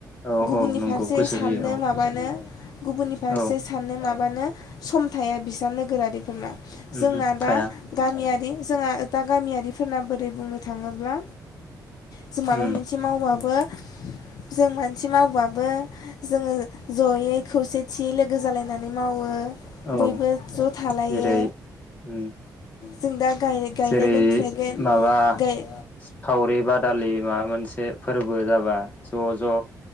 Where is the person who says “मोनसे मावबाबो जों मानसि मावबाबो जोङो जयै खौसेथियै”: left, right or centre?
Left